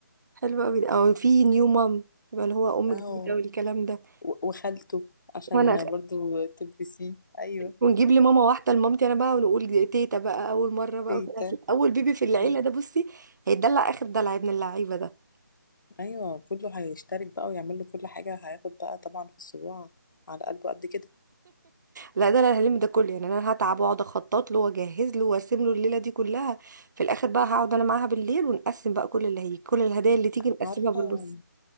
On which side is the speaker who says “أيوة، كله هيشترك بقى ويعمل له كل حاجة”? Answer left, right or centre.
Left